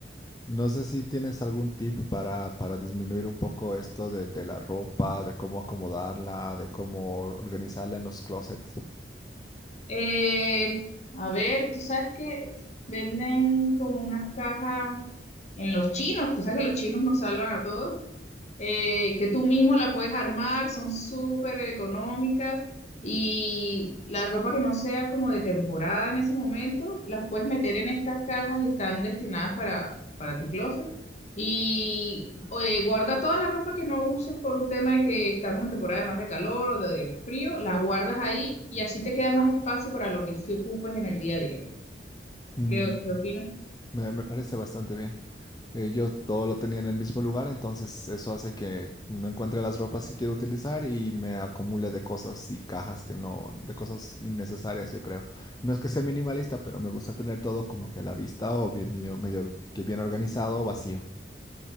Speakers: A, on the left; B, on the left.
A: no sé si tienes algún tip para, para disminuir un poco esto del- de, la ropa, de cómo acomodarla, de cómo organizarla en los closets.
B: Eh, a ver, tú sabes que venden como unas cajas en los chinos, tú sabes que los chinos nos salvan a todos, eh, que tú mismo la puedes armar, son súper económicas y la ropa que no sea como de temporada en ese momento, las puedes meter en estas cajas y están destinadas para, para tu closet. Y oye, guarda toda la ropa que no uses por un tema de que estamos en temporada más de calor o de frío, la guardas ahí y así te queda más espacio para lo que sí ocupes en el día a día.
A: Mm,
B: ¿Qué, qué opinas?
A: me, me parece bastante bien. Eh, yo todo lo tenía en el mismo lugar, entonces eso hace que no encuentre las ropas que quiero utilizar y me acumule de cosas y cajas que no, de cosas innecesarias, yo creo. No es que sea minimalista, pero me gusta tener todo como que a la vista o bien, yo- medio que bien organizado o vacío.